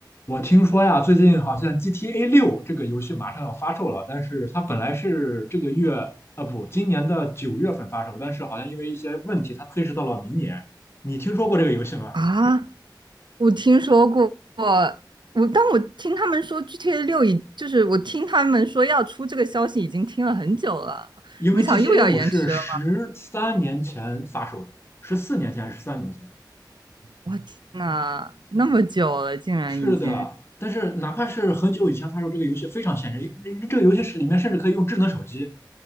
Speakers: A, on the left (about 35°); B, on the right (about 75°).
A: 我听说呀，最近好像 GTA 六这个游戏马上要发售了，但是它本来是这个月，啊不，今年的九月份发售，但是好像因为一些问题，它推迟到了明年。你听说过这个游戏吗？
B: 啊，我听说过，我但我听他们说 GTA 六已就是我听他们说要出这个消息已经听了很久了，
A: 因为
B: 没想到又要延迟了。
A: GTA 五是十三年前发售的，十四年前还是十三年前？
B: 我天呐，那么久了，竟然已经
A: 是的，但是哪怕是很久以前发售这个游戏，非常现实，这个游戏是里面甚至可以用智能手机，